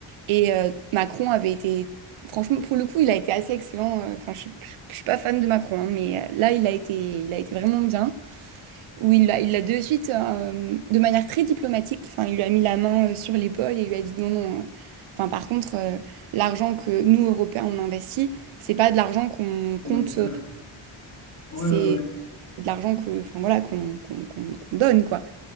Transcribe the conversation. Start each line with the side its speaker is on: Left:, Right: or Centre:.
Right: Et euh, Macron avait été, franchement, pour le coup, il a été assez excellent. Euh, Enfin, je, suis je- je suis pas fan de Macron, hein, mais euh, là, il a été, il a été vraiment bien. Où il a, il a de suite, euh, de manière très diplomatique, enfin, il lui a mis la main euh, sur l'épaule et il lui a dit non, non. euh, Enfin, par contre, euh, l'argent que nous, Européens, on investit, c'est pas de l'argent qu'on compte,
Left: On récupère.
Right: euh,
Left: Ouais,
Right: c'est
Left: ouais, ouais.
Right: de l'argent que, enfin voilà, qu'on qu'on- qu'on- qu'on donne, quoi.